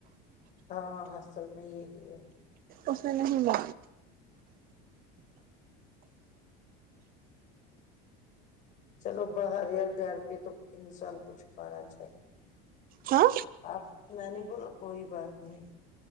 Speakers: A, on the left; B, on the right.
A: ہاں اصل میں یہی ہے <unintelligible>
B: اسے نہیں جا
A: چلو باہر یا گھر پہ تو انسان کچھ کھانا چاہیے
B: ہاں
A: آپ میں نے بولا <unintelligible> کوئی بات نہیں